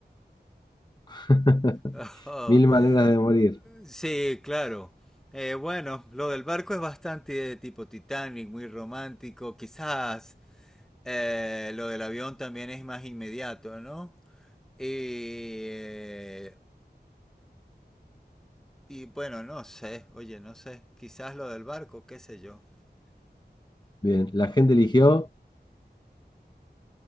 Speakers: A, on the left; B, in the centre.
A: <laughs>
B: <laughs>
A: Mil maneras de morir.
B: Sí, claro. Eh, bueno, lo del barco es bastante de tipo Titanic, muy romántico. Quizás eh, lo del avión también es más inmediato, ¿no? Y, eh, y bueno, no sé, oye, no sé. Quizás lo del barco, qué sé yo.
A: Bien, la gente eligió